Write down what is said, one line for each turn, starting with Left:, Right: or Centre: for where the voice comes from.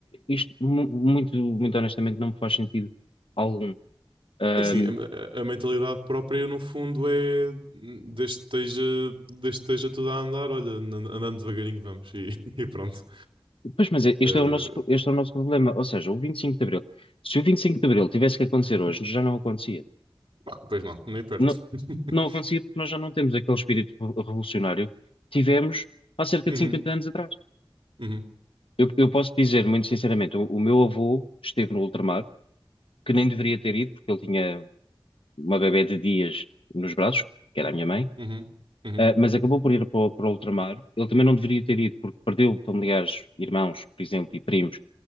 Left: isto, mu- muito, muito honestamente, não me faz sentido algum. Ahm,
Right: É assim, a, a- a mentalidade própria no fundo é desde que esteja, desde que esteja tudo a andar, olha, an- andando devagarinho vamos e, <laughs> e pronto.
Left: pois, mas este
Right: Eh,
Left: é o nosso, este é o nosso problema. Ou seja, o 25 de Abril. Se o 25 de Abril tivesse que acontecer hoje, já não acontecia.
Right: ah, pois não, nem perto.
Left: Não,
Right: <laughs>
Left: não acontecia porque nós já não temos aquele espírito revo- revolucionário que tivemos há cerca
Right: Uhum,
Left: de 50 anos atrás.
Right: uhum,
Left: Eu, eu posso dizer, muito sinceramente, o, o meu avô esteve no ultramar, que nem deveria ter ido, porque ele tinha uma bebé de dias nos braços, que era a minha mãe,
Right: uhum, uhum,
Left: ah, mas acabou por ir para, o- para o ultramar. Ele também não deveria ter ido, porque perdeu familiares, irmãos, por exemplo, e primos